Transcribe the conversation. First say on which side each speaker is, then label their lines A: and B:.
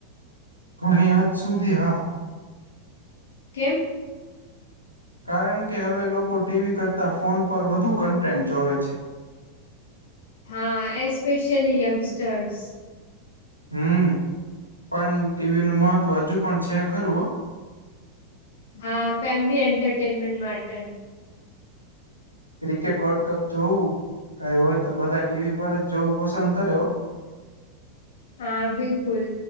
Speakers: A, on the left (about 80°); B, on the left (about 60°).
A: ઘણી હદ સુધી હા.
B: કેમ.
A: કારણ કે હવે લોકો ટીવી કરતાં ફોન પર વધુ કન્ટેન્ટ જોવે છે.
B: હા એસ્પેેશલી યંગસ્ટર્સ.
A: હમ પણ ટીવી નું મહત્વ હજુ પણ છે ખરું.
B: હા ફેમિલી એન્ટરટેનમેન્ટ માટે.
A: ક્રિકેટ વર્લ્ડ કપ જોવું કઈ હોય તો બધા ટીવી પર જ જોવું પસંદ કરે હો.
B: હા બિલકુલ